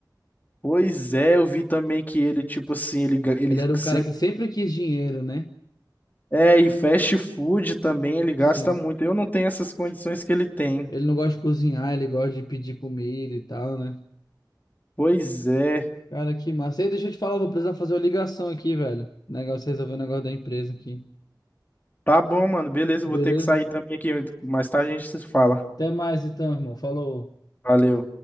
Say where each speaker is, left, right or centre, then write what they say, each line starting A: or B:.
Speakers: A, on the left; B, on the left.
A: Pois é, eu vi também que ele, tipo assim, ele, ga- ele
B: Ele era um
A: sempre.
B: cara que sempre quis dinheiro, né?
A: É, e fast food também ele gasta
B: Sim.
A: muito. Eu não tenho essas condições que ele tem.
B: Ele não gosta de cozinhar, ele gosta de pedir comida e tal, né?
A: Pois é.
B: Cara, que massa. Ei, deixa eu te falar, vou precisar fazer uma ligação aqui, velho. Negócio, resolver o negócio da empresa aqui.
A: Tá bom, mano. Beleza, eu
B: Beleza?
A: vou ter que sair também aqui. Mais tarde a gente se fala.
B: Até mais então, irmão. Falou.
A: Valeu.